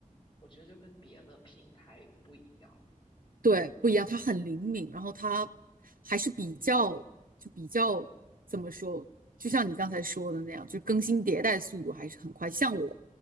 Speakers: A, on the left; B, on the right.
A: 我觉得就跟别的平台不一样。
B: 对，不一样，他很灵敏，然后他还是比较就比较怎么说，就像你刚才说的那样，就更新迭代速度还是很快。像我